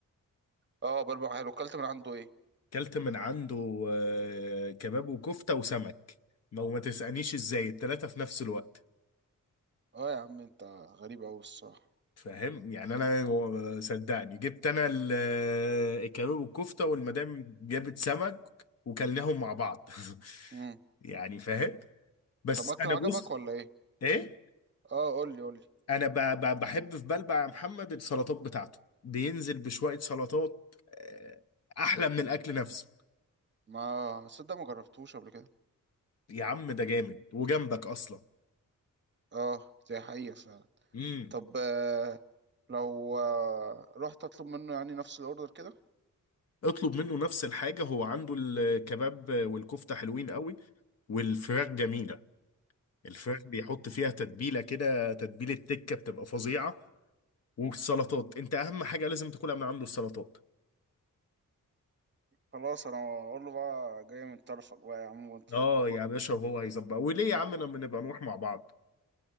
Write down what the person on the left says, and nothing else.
كلت من عنده آه، كباب وكفتة وسمك ما وما تسألنيش ازاي التلاتة في نفس الوقت
فاهم يعني انا هو- صدقني جبت انا ال- آه، الكباب والكفتة والمدام جابت سمك وكلناهم مع بعض <laughs>
يعني فاهم بس
انا
بص
ايه
انا ب- ب- بحب في بلبع يا محمد السلطات بتاعته بينزل بشوية سلطات آه، احلى من الاكل نفسه
يا عم ده جامد وجنبك اصلا
امم
اطلب منه نفس الحاجة هو عنده الكباب والكفتة حلوين قوي والفراخ جميلة الفراخ بيحط فيها تتبيلة كده تتبيلة تكة بتبقى فظيعة والسلطات انت اهم حاجة لازم تاكلها من عنده السلطات
اه
يا باشا وهو هيظبط وليه يا عم لما نبقى نروح مع بعض